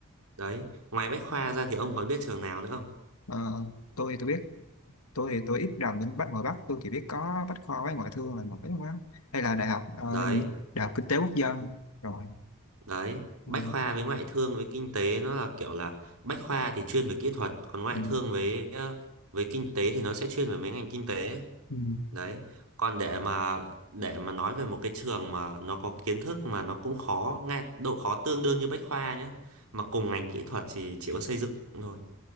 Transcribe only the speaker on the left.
Ờ, tôi tôi biết tôi thì tôi ít rành bên Bắc ngoài Bắc tôi chỉ biết có Bách khoa với ngoại thương là nổi không á hay là đại học ờ,
đại học kinh tế quốc dân rồi
Ừ,
ừ,
ừ.